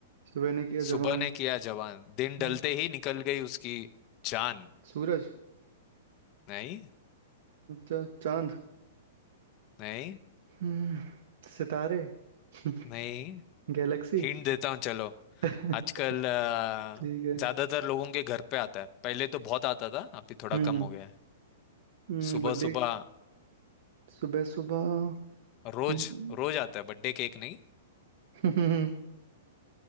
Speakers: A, on the right; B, on the left.
A: सुबह ने किया
B: सुबह
A: जवान
B: ने किया जवान दिन ढलते
A: हम्म,
B: ही निकल गई उसकी जान
A: सूरज
B: नहीं
A: चा, चांद
B: नहीं
A: हम्म, सितारे <laughs>
B: नहीं
A: गैलेक्सी
B: हिंट
A: <laughs>
B: देता हूँ चलो
A: ठीक
B: आजकल अ,
A: है
B: ज्यादातर लोगों के घर पे आता है पहले तो बहुत आता था अभी थोड़ा
A: हम्म
B: कम हो गया है
A: हम्म,
B: सुबह
A: बर्थडे
B: सुबह
A: सुबह सुबह
B: रोज
A: हम्म,
B: रोज आता है बर्थडे केक नहीं
A: <laughs>